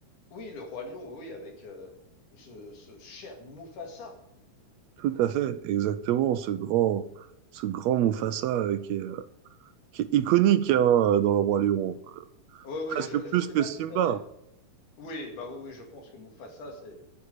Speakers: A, on the left; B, on the right.
A: Oui, le Roi Lion, oui, avec euh, ce, ce cher Mufasa.
B: Tout à fait, exactement. Ce grand ce grand Mufasa euh, qui est euh, qui est iconique hein, dans le Roi Lion,
A: Oui, oui,
B: presque
A: je,
B: plus
A: ne sais
B: que
A: pas
B: Simba.
A: si tu avais. Oui, bah oui, oui, je pense que Mufasa, c'est